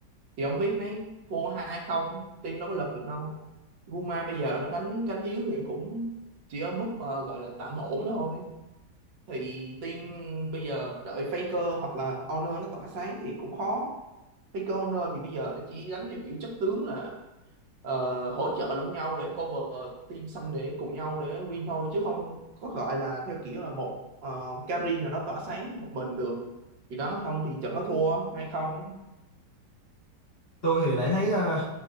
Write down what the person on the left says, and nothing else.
tôi thì lại thấy uh,